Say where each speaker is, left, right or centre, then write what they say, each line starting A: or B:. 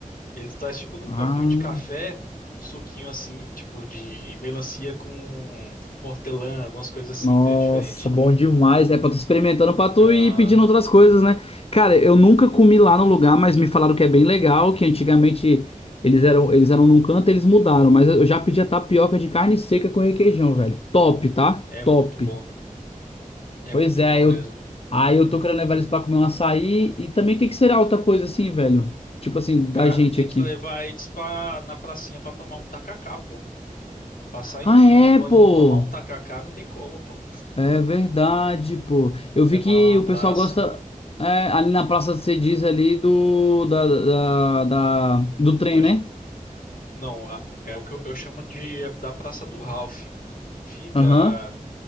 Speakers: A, on the left; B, on the left.
A: Ele traz tipo num
B: Ah,
A: copinho de café, um suquinho assim, tipo de melancia com hortelã, algumas coisas assim,
B: nossa,
A: entendeu? Diferente.
B: bom demais. É pra tu experimentando pra tu
A: Aham.
B: ir pedindo outras coisas, né? Cara, eu nunca comi lá no lugar, mas me falaram que é bem legal, que antigamente eles eram, eles eram num canto, eles mudaram, mas eu já pedi a tapioca de carne seca com requeijão, velho. Top, tá?
A: É muito
B: Top.
A: bom. É
B: Pois
A: muito
B: é,
A: bom mesmo.
B: eu aí eu tô querendo levar eles pra comer um açaí e também o que que será outra coisa assim, velho? Tipo assim, da
A: Cara,
B: gente
A: tem
B: aqui.
A: que levar eles pra, na pracinha pra tomar um tacacá, pô. Passar em
B: Ah, é,
A: Rondônia
B: pô.
A: e não tomar um tacacá não tem como, pô.
B: É verdade, pô. Eu vi
A: Levar
B: que
A: lá na
B: o
A: praça.
B: pessoal gosta é, ali na Praça de Cediz ali do da, da, da- do trem,
A: Eu-
B: né?
A: Não, a- é o que eu, eu chamo de é da Praça do Ralph. Fica,
B: Aham.